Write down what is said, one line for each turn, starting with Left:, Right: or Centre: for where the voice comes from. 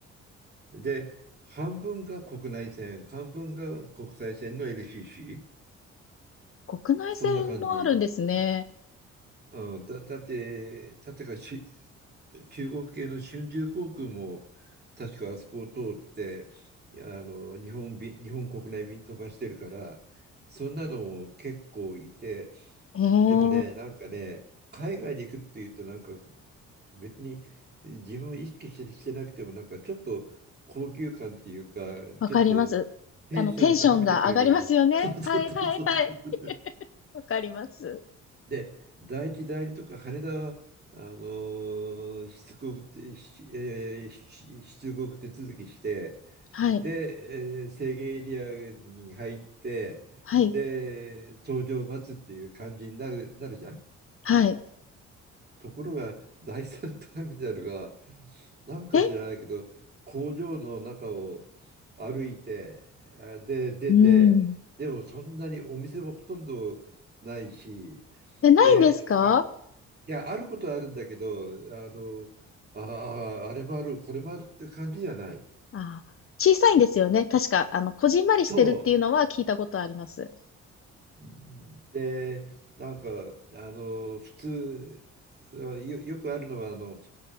Right: で、半分が国内線、半分が国際線の LCC。
Left: 国内線もあるんですね。
Right: そんな感じ。うん、だ、だって、だってかし、中国系の春秋航空も、確かあそこを通って、いやあの、日本便、日本国内便飛ばしてるから、そんなのも結構いて、
Left: ええ、
Right: でもね、なんかね、海外に行くっていうと、なんか別に自分を意識して、してなくても、なんかちょっと高級感っていうか、
Left: わかります。
Right: ちょっとテンションを高めてくれる。
Left: あの、テンションが上がりますよね。
Right: そうそうそうそう。
Left: はいはいはい。わかります。
Right: で、大木代理とか羽田は、あのー出国手、しえーし出国手続きして、
Left: はい、
Right: で、えー制限エリアに入って、
Left: はい、
Right: で、搭乗を待つっていう感じになる、なるじゃん。
Left: はい。
Right: ところが、第三ターミナルが、なんか知らないけど、
Left: え
Right: 工場の中を歩いて、あで、出て、
Left: うーん。
Right: でもそんなにお店もほとんどないし、
Left: え、ないんですか
Right: で、あいや、あることはあるんだけど、あの、ああ、あれもある、これもあるって感じじゃない。
Left: ああ、小さいんですよね。確か、あの、こじんまりしてるっていうのは聞いたことあります。
Right: そう。で、なんか、あの、普通、よ、よくあるのは、あの、